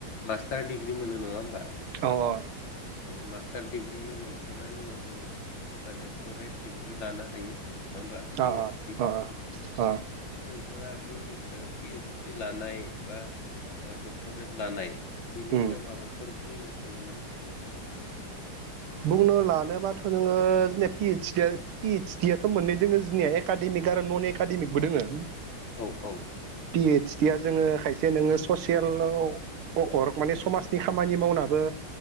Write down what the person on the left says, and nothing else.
मास्टार दिडिग्रि मोनो नङा होमबा?
औ मास्टार डिग्रि मोनखांनायनि उनाव जोङो ओ डक्टरेट डिग्रि लानो हायो। होमबा पि
ओइस
नोंङा बै ओ पि एस डि लानाय बा ओ डक्टरेट लानाय बिनि
सायाव माबाफोर बुंनो सानो नामा?
औ औ